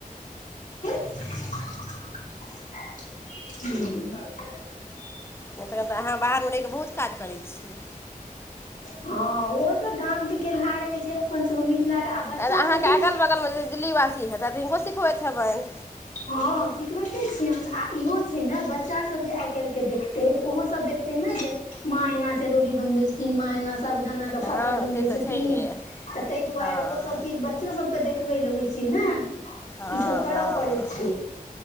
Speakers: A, on the left; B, on the left.
A: ह्म <inaudible>
B: नहि तखन तऽ अहाँ बाहरमे रहि कऽ बहुत काज करै छियै
A: हँ ओ तऽ गाम के केलहा रहे छै अपन सबके मिथिला के आ बच्चा
B: तऽ अहाँके
A: सबके
B: अगल बगलमे जे दिल्लीवासी हेत तऽ हिनको सिखबैत हेबनि
A: हँ सिखबैते छियनि आ इहो छै ने बच्चासभ जे आइ काल्हिके देखतै तऽ ओहोसभ देख जे माँ एना चरौड़ी बनबै छथिन माँ एना साबुदाना के
B: हँ
A: पापड़ बनबै
B: से तऽ
A: छथिन
B: छैहे
A: त ताहि दुआरे
B: हँ
A: ओ सब चीज बच्चो सब के देखबे ले होय छै छी ने
B: हँ
A: ईसभ करय
B: हॅं
A: पड़ै छै